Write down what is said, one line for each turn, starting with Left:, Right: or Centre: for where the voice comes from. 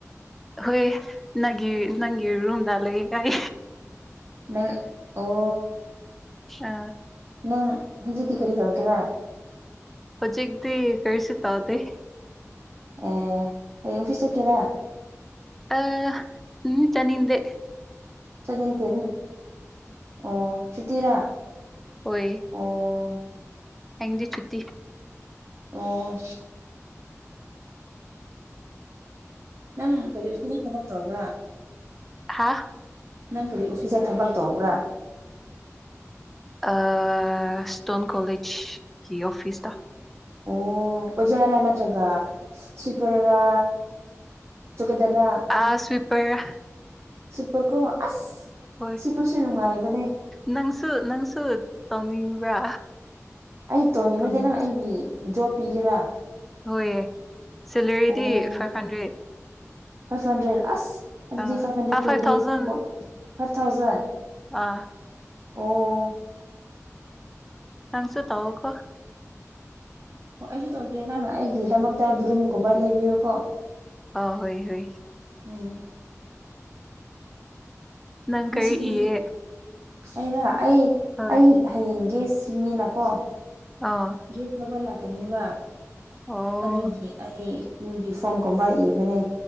Centre: ꯍꯣꯏ ꯅꯪꯒꯤ ꯅꯪꯒꯤ ꯔꯨꯝꯗ ꯂꯩꯒꯥꯏ
Right: ꯅꯪ ꯑꯣ
Centre: ꯑ
Right: ꯅꯪ ꯍꯧꯖꯤꯗꯤ ꯀꯔꯤ ꯆꯧꯒꯦꯔ
Centre: ꯍꯧꯖꯤꯛꯇꯤ ꯀꯔꯤꯁꯨ ꯇꯥꯎꯗꯦ
Right: ꯑꯦ ꯍꯌꯦꯡ ꯑꯣꯐꯤꯁ ꯆꯠꯀꯦꯔꯥ
Centre: ꯑ ꯎꯝ ꯆꯠꯅꯤꯡꯗꯦ
Right: ꯆꯠꯅꯤꯡꯗꯦ ꯑꯣ ꯁꯨꯇꯤꯔꯥ
Centre: ꯍꯣꯏ
Right: ꯑꯣ
Centre: ꯍꯌꯦꯡꯗꯤ ꯆꯨꯇꯤ
Right: ꯑꯣ ꯅꯪ ꯀꯔꯤ ꯎꯁꯇꯤꯒꯤ ꯊꯕꯛ ꯇꯧꯔꯕ꯭ꯔꯥ
Centre: ꯍꯥꯥ
Right: ꯅꯪ ꯀꯔꯤ ꯑꯣꯐꯤꯁꯇ ꯊꯕꯛ ꯇꯧꯕ꯭ꯔꯥ
Centre: ꯑ ꯏꯁꯇꯣꯟ ꯀꯣꯂꯦꯖꯀꯤ ꯑꯣꯐꯤꯁꯗ
Right: ꯑꯣ ꯑꯣꯖꯥꯔꯥ ꯅꯠꯇ꯭ꯔꯒ ꯁ꯭ꯋꯤꯄꯔꯔꯥ ꯆꯨꯒꯦꯗꯔꯥ
Centre: ꯑꯁ ꯁ꯭ꯋꯤꯄꯔꯔꯥ
Right: ꯁ꯭ꯋꯤꯄꯔꯀꯣ ꯑꯁ
Centre: ꯍꯣꯏ
Right: ꯁꯤꯄꯔꯁꯨ ꯅꯨꯡꯉꯥꯏꯕꯅꯦ
Centre: ꯅꯪꯁꯨ ꯅꯪꯁꯨ ꯇꯧꯅꯤꯡꯕ꯭ꯔꯥ
Right: ꯑꯩ ꯇꯣꯟꯅꯤꯡꯔꯒꯦ
Centre: ꯇꯧꯅꯤꯡꯕꯁꯦ
Right: ꯅꯪ ꯑꯩꯒꯤ ꯖꯣꯞ ꯄꯤꯒꯦꯔꯥ
Centre: ꯍꯣꯏꯌꯦ ꯁꯦꯂꯔꯤꯗꯤ
Right: ꯑꯣ
Centre: ꯐꯥꯏꯚ ꯍꯟꯗ꯭ꯔꯦꯠ
Right: ꯐꯥꯏꯚ ꯍꯟꯗ꯭ꯔꯦꯠ ꯑꯁ ꯑꯗꯨꯗꯤ
Centre: ꯑꯥ
Right: ꯐꯥꯏꯚ ꯍꯟꯗ꯭ꯔꯦꯠ
Centre: ꯑꯥ
Right: ꯄꯤꯔꯗꯤ
Centre: ꯊꯥꯎꯖꯟ
Right: ꯑꯣ ꯐꯥꯏꯚ ꯊꯥꯎꯖꯟ
Centre: ꯑꯥ
Right: ꯑꯣ
Centre: ꯅꯪꯁꯨ ꯇꯥꯎꯀꯣ
Right: ꯑꯣ ꯑꯩꯁꯨ ꯇꯧꯒꯦ ꯅꯪ ꯑꯩꯒꯤꯗꯃꯛꯇ ꯕꯔꯨꯝꯒꯨꯝꯕ ꯂꯩꯕꯤꯌꯨꯀꯣ
Centre: ꯑꯎ ꯍꯣꯏ ꯍꯣꯏ
Right: ꯎꯝ
Centre: ꯅꯪ
Right: ꯉꯁꯤꯗꯤ
Centre: ꯀꯔꯤ ꯏꯌꯦ
Right: ꯑꯩꯅ ꯑꯩ
Centre: ꯍꯣꯏ
Right: ꯑꯩ ꯍꯌꯦꯡ ꯒꯦꯁꯀꯤ ꯃꯤꯅꯀꯣ
Centre: ꯑꯣ
Right: ꯒꯦꯁ ꯂꯧꯕ ꯂꯥꯛꯀꯅꯦꯕ
Centre: ꯑꯣ
Right: ꯑꯗꯨꯒꯤ ꯑꯩ ꯅꯣꯏꯒꯤ ꯐꯣꯝ ꯀꯨꯝꯕ ꯏꯕꯅꯦ